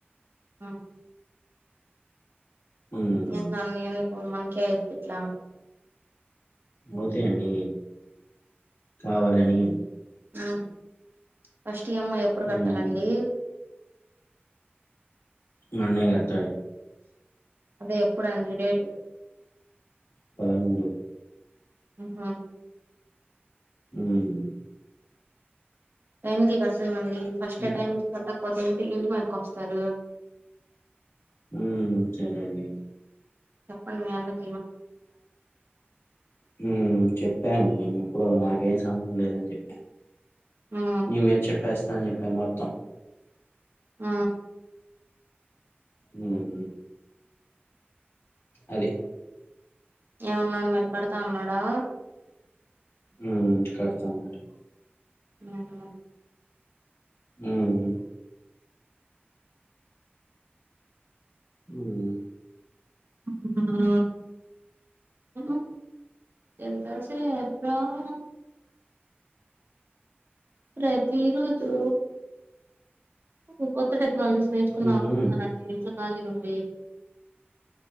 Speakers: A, on the right; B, on the left.
A: ఆ
B: హ్మ్.
A: ఏందొ న్నీ ఎందుక్ మనకే ఐద్ ఇట్లా
B: అవుతాయ్ అండి కావలనీ
A: ఆ ఫస్ ఈ ఎమ్ ఐ ఎప్పుడు
B: హ్మ్.
A: కట్టాలండి
B: మన్నయ్ కడ్
A: అదే ఎప్పుడండి డేట్
B: పదమూడు
A: హుమ్
B: హుమ్
A: టైమ్ కి గస్ ఫస్ట్
B: హ్మ్.
A: అటెంప్ట్ కట్టక్ కొంచెం ఉంటే ఇంటి మీదక్ వస్తరూ
B: హుమ్ సరే అండి
A: చెప్పండి మీ అన్నక్
B: హుమ్ చెప్పాను నేను ఎప్పుడో నాక్ ఏ సంబంధం లేదని చెప్ప
A: ఉమ్
B: మేమే చెప్పేస్ అని చెప్ప మొత్తం
A: ఆ
B: హుమ్ అది
A: ఏమున్నాడు మరి కడతా అన్నాడా
B: హుమ్ కడతా మన్నాడు
A: హుమ్ హు
B: హుమ్ హుమ్
A: హుమ్ ఆహా ఎంతాషె రాహా ప్రతీ రోజూ ఒక కొత్త టె వాలిసచ నేర్చుకుందాం
B: హుహు.
A: అనుకుంటున్నానండి ఇంట్లో ఖాళీగుండి